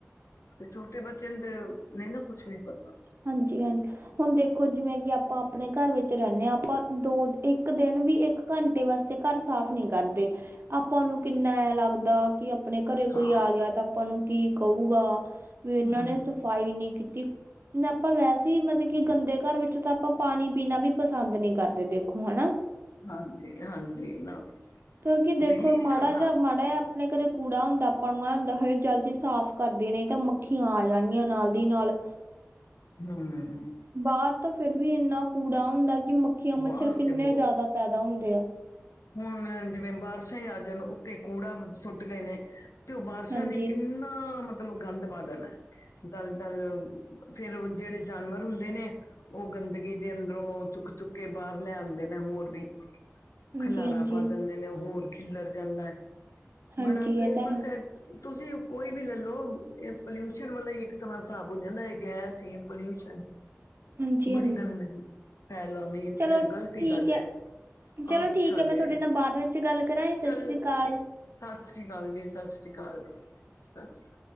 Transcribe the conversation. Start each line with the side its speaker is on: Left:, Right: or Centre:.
Left: ਤੇ ਛੋਟੇ ਬੱਚੇ ਨੂੰ ਤੇ, ਨਹੀਂ ਨਾ ਕੁਛ ਵੀ ਪਤਾ,
Right: ਹਾਂਜੀ, ਹਾਂਜੀ। ਹੁਣ ਦੇਖੋ ਜਿਵੇਂ ਕਿ ਆਪਾਂ ਆਪਣੇ ਘਰ ਵਿੱਚ ਰਹਿੰੇ ਹਾਂ, ਆਂਪਾਂ ਦੋ ਇੱਕ ਦਿਨ ਵੀ ਇੱਕ ਘੰਟੇ ਵਾਸਤੇ ਘਰ ਸਾਫ਼ ਨਹੀਂ ਕਰਦੇ, ਆਪਾਂ ਨੂੰ ਕਿੰਨਾ ਐ ਲੱਗਦਾ ਕਿ ਆਪਣੇ ਘਰੇ
Left: ਹਾਂ
Right: ਕੋਈ ਆ ਗਿਆ, ਤਾਂ ਆਪਾਂ ਨੂੰ ਕੀ ਕਹੁਗਾ? ਵੀ ਇਹਨਾਂ ਨੇ
Left: ਹੂੰ
Right: ਸਫ਼ਾਈ ਨਹੀ ਕੀਤੀ। ਨ ਆਪਾਂ ਵੈਸੇ ਈ ਮਤਲਬ ਕਿ ਗੰਦੇ ਘਰ ਵਿੱਚ ਤਾਂ ਆਪਾਂ ਪਾਣੀ ਪੀਣਾ ਵੀ ਪਸੰਦ ਨਹੀਂ ਕਰਦੇ ਦੇਖੋ, ਹਨਾ,
Left: ਹਾਂਜੀ ਹਾਂਜੀ ਨਾ
Right: ਕਿਉਂਕਿ ਦੇਖੋ
Left: ਦਿਲ ਹੀ
Right: ਮਾੜਾ
Left: ਨੀ ਕਰਦਾ
Right: ਜਿਹਾ ਮਾੜਾ ਆ ਆਪਣੇ ਘਰੇ ਕੂੜਾ ਹੁੰਦਾ, ਪਣੂਆ ਹੁੰਦਾ ਹ, ਜਲਦੀ ਸਾਫ਼ ਕਰਦੇ ਨੇ ਤਾਂ, ਮੱਖੀਆਂ ਆ ਜਾਣੀਆਂ, ਨਾਲ ਦੀ ਨਾਲ।
Left: ਹਮ <unintelligible>
Right: ਬਾਹਰ ਤਾਂ ਫੇਰ ਵੀ ਇੰਨਾ ਕੂੜਾ ਹੁੰ, ਦਾ ਕਿ ਮੱਖੀਆਂ ਮੱਛਰ
Left: ਬਾਹਰ
Right: ਕਿੰਨੇ
Left: ਤੇ ਬਹੁਤ
Right: ਜ਼ਿਆਦਾ ਪੈਦਾ ਹੁੰਦੇ ਆ।
Left: ਹੁਣ ਜਿਵੇਂ ਬਾਰਿਸ਼ਾਂ ਹੀ ਆ, ਜਾਣ ਉੱਤੇ ਕੂੜਾ ਸੁੱਟ ਗਏ ਨੇ ਤੇ ਉਹ ਬਾਰਿਸ਼ਾਂ
Right: ਹਾਂਜੀ
Left: ਨੇ ਕਿੰਨਾ ਹਾ, ਮਤਲਬ ਗੰਦ ਪਾ ਦੇਣਾ। ਦਲ-ਦਲ ਫੇਰ, ਜਿਹੜੇ ਜਾਨਵਰ ਹੁੰਦੇ ਨੇ, ਉਹ ਗੰਦਗੀ, ਦੇ ਅੰਦਰੋਂ ਚੁੱਕ ਚੁੱਕ ਕੇ, ਬਾਹਰ ਲੈ ਆਉਂਦੇ ਨੇ ਹੋਰ ਵੀ
Right: ਹਾਂਜੀ
Left: ਖਲਾਰਾ
Right: ਹਾਂਜੀ
Left: ਪਾ ਦਿੰਦੇ ਨੇ ਓ ਹੋਰ ਖਿਲਰ ਜਾਂਦਾ ਐ
Right: ਹਾਂਜੀ
Left: ਬੜਾ ਕਈ
Right: ਇਹ ਤਾਂ
Left: ਬਸ
Right: ਹੈ
Left: ਐ ਤੁਸੀਂ ਕੋਈ ਵੀ ਲੈਲੋ, ਇਹ ਪੋਲਿਊਸ਼ਨ ਵਾਲਾ ਹੀ, ਇੱਕ ਤਮ੍ਹਾਂ ਹਿਸਾਬ ਹੋ ਜਾਂਦਾ ਹੈ ਗੈਸ ਹੀ ਪੋਲਿਊਸ਼ਨ
Right: ਹ <unintelligible> ਹਾਂਜੀ,
Left: ਬੜੀ
Right: ਹਾਂਜੀ
Left: ਗੰਦਗੀ ਫੈਲਾਉਣੀ
Right: ਚਲੋ
Left: ਤੇ ਗਲਤੀ
Right: ਠੀਕ
Left: ਗੱਲ
Right: ਹੈ, ਚਲੋ
Left: ਅੱਛਾ
Right: ਠੀਕ। ਕਿ
Left: ਜੀ
Right: ਮੈਂ ਤੁਹਾਡੇ ਨਾਲ ਬਾਅਦ ਵਿੱਚ ਗੱਲ ਕਰਾਂ, ਸਤਿ
Left: ਚੱਲ
Right: ਸ਼੍ਰੀ ਅਕਾਲ।
Left: ਠੀਕ ਸਤਿ ਸ੍ਰੀ ਅਕਾਲ ਜੀ। ਸਤਿ ਸ੍ਰੀ ਅਕਾਲ, ਸਤਿ੍ਰੀ ਅ